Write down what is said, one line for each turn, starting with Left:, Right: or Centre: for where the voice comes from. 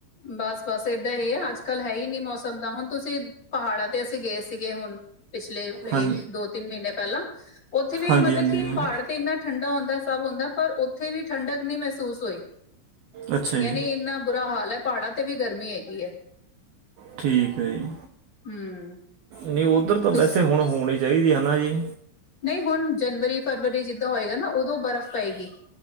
Left: ਬਸ-ਬਸ ਏਦਾਂ ਈ ਏ ਅੱਜ-ਕੱਲ੍ਹ ਹੈ ਹੀ ਨੀ ਮੌਸਮ ਦਾ ਹੁਣ ਤੁਸੀਂ ਪਹਾੜਾਂ ਤੇ ਅਸੀਂ ਗਏ ਸੀਗੇ ਹੁਣ। ਪਿਛਲੇ
Right: ਹਾਂ
Left: ਦੋ-ਤਿੰਨ ਮਹੀਨੇ ਪਹਿਲਾਂ। ਉੱਥੇ ਵੀ
Right: ਹਾਂਜੀ
Left: ਮਤਲਬ
Right: ਹਾਂਜੀ
Left: ਕਿ
Right: ਮੈਮ
Left: ਪਾੜ- ਤੇ ਇੰਨਾ ਠੰਡਾ ਹੁੰਦਾ ਸਭ ਹੁੰਦਾ ਪਰ ਉੱਥੇ ਵੀ ਠੰਡਕ ਨੀ ਮਹਿਸੂਸ ਹੋਈ।
Right: ਅੱਛਾ
Left: ਯਾਨੀ
Right: ਜੀ
Left: ਇੰਨਾ ਬੁਰਾ ਹਾਲ ਹੈ ਪਹਾੜਾਂ ਤੇ ਵੀ ਗਰਮੀ ਹੈਗੀ ਹੈ।
Right: ਠੀਕ ਹੈ ਜੀ।
Left: ਹਮ
Right: ਨਹੀਂ ਉੱਧਰ ਤਾਂ
Left: ਤੁਸ
Right: ਵੈਸੇ ਹੁਣ ਹੋਣੀ ਚਾਹੀਦੀ ਹੈ ਨਾ ਜੀ।
Left: ਨਹੀਂ ਹੁਣ ਜਨਵਰੀ ਫਰਵਰੀ ਜਿੱਦਾਂ ਹੋਏਗਾ ਨਾ ਉਦੋਂ ਬਰਫ਼ ਪਏਗੀ।